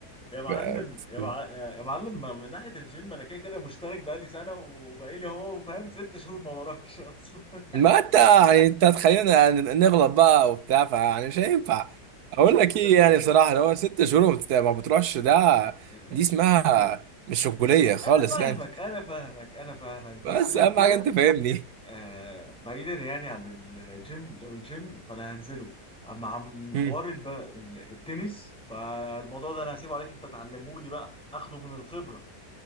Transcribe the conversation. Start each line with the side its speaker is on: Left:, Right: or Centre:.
Centre: يا معلم
Right: في-
Centre: يا,
Right: في-
Centre: مع... يا معلم ما- من ناحيه الجيم انا كده كده مشترك بقالي سنه وبقالي هو فاهم ست شهور ما وراش اصلا <laughs>
Right: ما انت يعني انت تخلينا يعني نغلط بقى وبتاع فيعني مش هينفع اقول
Centre: انت
Right: لك ايه
Centre: فاهمني
Right: يعني بصراحه لو هو ست شهور
Centre: ب...
Right: وما بت- ما بتروحش ده
Centre: آه،
Right: دي اسمها
Centre: ب...
Right: مش رجوليه
Centre: آه،
Right: خالص
Centre: انا فاهمك
Right: يعني
Centre: انا فاهمك انا فاهمك بس
Right: بس
Centre: لو
Right: اهم
Centre: كده
Right: حاجه انت فاهمني
Centre: آه بعيدا يعني عن الجيم لو الجيم فانا هنزله اما عن
Right: <laughs>
Centre: حوار الب... ال- التنس فالموضوع ده انا هسيبه عليك انت تعلمه لي بقى اخده من الخبرة